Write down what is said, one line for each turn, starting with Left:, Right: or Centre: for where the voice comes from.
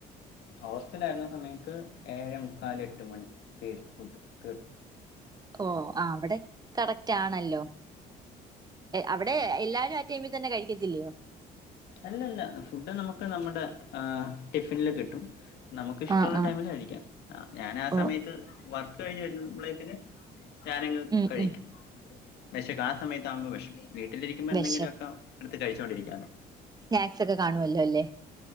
Left: ഹോസ്റ്റലായിരുന്ന സമയത്ത് ഏഴെ മുക്കാൽ എട്ട് മണി തേടി പുട്ത്ത്
Right: ഓഹ് ആഹ് അവിടെ കറക്റ്റാണല്ലോ അവിടെ എല്ലാരും ആഹ് ടൈമി തന്നെ കഴിക്കത്തില്ലേ
Left: അല്ലല്ല ഫുഡ് നമുക്ക് നമ്മുടെ ഏഹ് ടിഫിൻല് കിട്ടും നമുക്ക് ഇഷ്ടമുള്ള
Right: ആ ആ
Left: ടൈമില് കഴിക്കാം ഞാൻ ആ
Right: ഓ
Left: സമയത്ത് വർക്ക് കഴിഞ്ഞ് വരുന്നബ്ളേക്ക് ന് ഞാനങ്
Right: ഉം
Left: കഴിക്കും
Right: ഉം
Left: വെശക്കും ആ സമയത്ത് ആകുമ്പോ വെശക്കും വീട്ടിലിരിക്കുമ്പോ എന്തെങ്കിലുമൊക്കെ
Right: വിശ
Left: എടുത്ത് കഴിച്ചുകൊണ്ടിരിക്കാലൊ
Right: സ്നാക്സ് ഒക്കെ കാണുവല്ലോ അല്ലേ